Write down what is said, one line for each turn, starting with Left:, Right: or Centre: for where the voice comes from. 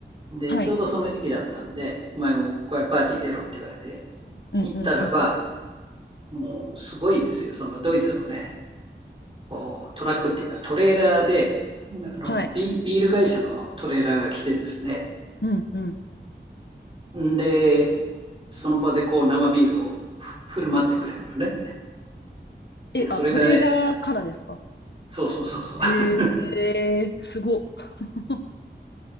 Right: で、
Left: はい。
Right: ちょうどその時期だったんで、お前も小屋パーティー出ろって言われて、
Left: うんうんうん。
Right: 行ったらば、もうすごいですよ、そのドイツのね、こうトラックっていうかトレーラーで、あのビ、
Left: はい。
Right: ビール会社のトレーラーが来てですね、
Left: うんうん。
Right: うんで、その場でこう生ビールをふ振る舞ってくれるのね。
Left: え、
Right: で、それがね、
Left: あ、トレーラーからですか
Right: そうそうそうそう、<laughs>
Left: ええすごっ。<laughs>